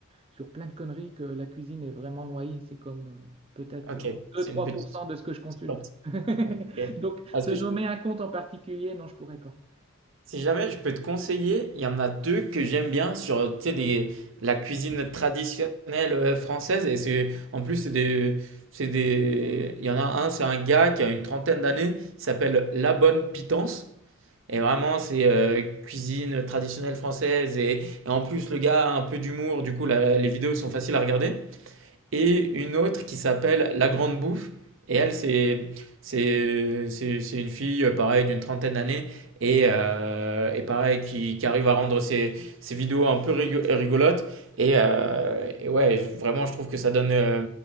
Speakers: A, on the right; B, on the right.
A: sur plein de conneries que la cuisine est vraiment noyée. C'est comme euh, peut-être
B: Ok,
A: euh, 2-3%
B: c'est une petite,
A: de ce que je consulte.
B: petite partie.
A: <laughs>
B: Ok.
A: Donc
B: Parce
A: te
B: que
A: nommer
B: je-
A: un compte en particulier, non, je pourrais pas.
B: si jamais je peux te conseiller, il y en a deux que j'aime bien sur tu sais, des, la cuisine traditionnelle euh, française. Et c'est, en plus, c'est des, c'est des, il y en a un, c'est un gars qui a une trentaine d'années, il s'appelle La Bonne Pitance. Et vraiment, c'est euh, cuisine traditionnelle française. Et, et en plus, le gars a un peu d'humour. Du coup, la- les vidéos sont faciles à regarder. Et une autre qui s'appelle La Grande Bouffe. Et elle, c'est c'est c'est c'est une fille, euh, pareil, d'une trentaine d'années. Et, euh, et pareil, qui, qui arrive à rendre ses, ses vidéos un peu rigo- rigolotes. Et, euh, et ouais, vraiment, je trouve que ça donne euh,